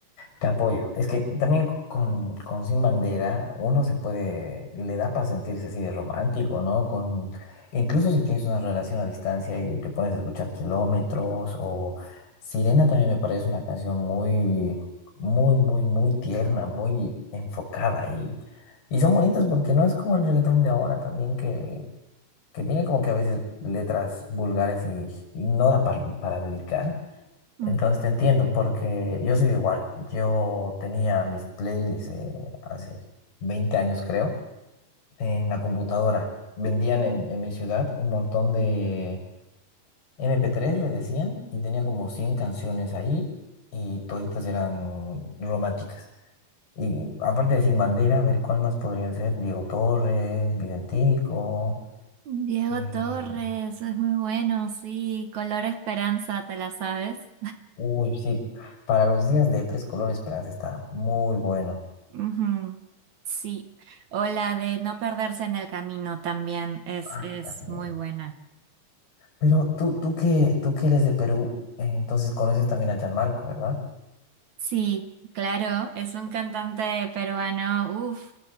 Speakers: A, on the left (about 80°); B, on the right (about 60°).
A: te apoyo. Es que también con, con Sin Bandera uno se puede, le da para sentirse así de romántico, ¿no? Con, incluso si tienes una relación a distancia y te pones a escuchar Kilómetros o Sirena también me parece una canción muy, muy, muy, muy tierna, muy enfocada y, y son bonitas porque no es como el reggaetón de ahora también que, que tiene como que a veces letras vulgares y, y no da pa- para dedicar.
B: Ujú.
A: Entonces te entiendo, porque yo soy igual. Yo tenía mis playlists eh, hace 20 años, creo, en la computadora. Vendían en, en mi ciudad un montón de MP3, le decían, y tenía como 100 canciones ahí y toditas eran románticas. Y aparte de Sin Bandera, a ver cuál más podría ser. Diego Torres, Videntico.
B: Diego
A: eh,
B: Torres, es muy bueno, sí. Color Esperanza, ¿te la sabes?
A: uy, sí, para los días de Color Esperanza está muy bueno.
B: Ujú, Sí. O la de No perderse en el camino también es,
A: Ah,
B: es
A: también.
B: muy buena.
A: Pero tú, tú que, tú que eres de Perú, eh, entonces conoces también a Gianmarco, ¿verdad?
B: Sí, claro, es un cantante peruano, uff,